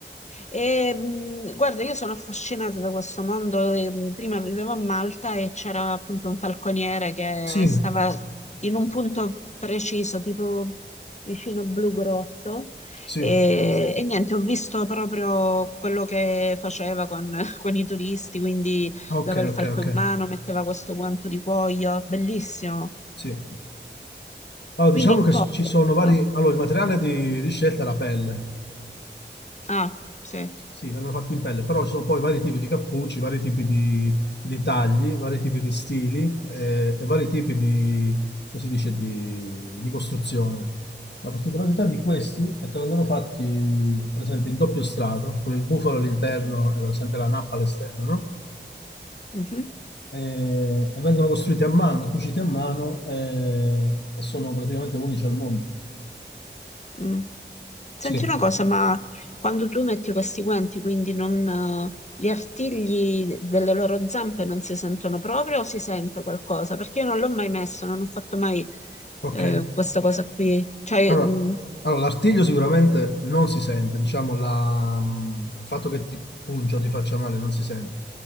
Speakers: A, on the left; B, on the left.
A: E, mh, guarda, io sono affascinata da questo mondo. e, mh, prima vivevo a Malta e c'era appunto un falconiere che
B: Sì,
A: stava in un punto preciso, tipo vicino Blu Grotto.
B: sì,
A: E, e niente, ho visto proprio quello che faceva con, <laughs> con i turisti, quindi
B: Ah, ok,
A: dava il
B: ok,
A: falco
B: ok,
A: in mano, metteva questo guanto di cuoio, bellissimo.
B: sì. Allora,
A: Quindi
B: diciamo
A: in
B: che
A: cuoio,
B: ci sono vari...
A: no?
B: Allora, il materiale di, di scelta è la pelle,
A: Ah, sì.
B: Sì, vengono fatti in pelle, però ci sono poi vari tipi di cappucci, vari tipi di, di tagli, vari tipi di stili eh, e vari tipi di, come si dice, di, di costruzione. La particolarità di questi è che vengono fatti, per esempio, in doppio strato, con il bufalo all'interno e per esempio la nappa all'esterno, no?
A: Mhm.
B: E, e vengono costruiti a mano, cuciti a mano e, e sono praticamente unici al mondo.
A: Mm. Senti
B: Sì,
A: una cosa, ma quando tu metti questi guanti, quindi non, eh, gli artigli delle loro zampe non si sentono proprio o si sente qualcosa? Perché io non l'ho mai messo, non ho fatto mai
B: ok.
A: eh, questa cosa qui. Cioè,
B: Allora,
A: mm,
B: allora, l'artiglio sicuramente non si sente, diciamo, la- mm, il fatto che ti pungia o ti faccia male non si sente.